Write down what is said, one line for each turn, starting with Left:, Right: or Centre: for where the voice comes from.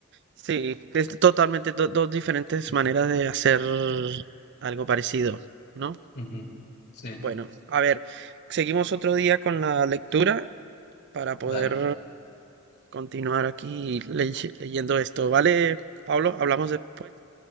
Right: sí, es totalmente do- dos diferentes
Left: ujú,
Right: maneras de hacer algo parecido, ¿no?
Left: ujú. Sí,
Right: Bueno, a ver, seguimos otro día con la lectura para poder
Left: dale,
Right: continuar aquí ley- leyendo esto, ¿vale, Pablo? Hablamos después.